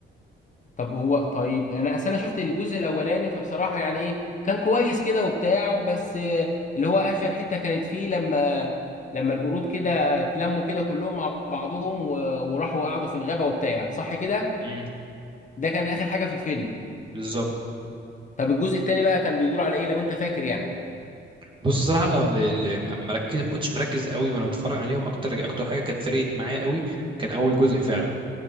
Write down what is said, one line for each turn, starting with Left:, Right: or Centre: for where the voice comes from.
Left: طب هو طيب انا اصل انا شفت الجزء الاولاني فبصراحه يعني ايه كان كويس كده وبتاع بس آه، اللي هو اخر حته كانت فيه لما لما القرود كده اتلموا كده كلهم مع بعضهم و- وراحوا قعدوا في الغابه وبتاع صح كده
Right: امم
Left: ده كان اخر حاجه في الفيلم
Right: بالظبط
Left: طب الجزء التاني بقى كان بيدور على ايه لو انت فاكر يعني
Right: بص الصراحه انا ال- ال- ما مركز ما كنتش مركز قوي وانا بتفرج عليهم اكتر اكتر حاجه كانت فرقت معايا قوي كان اول جزء فعلا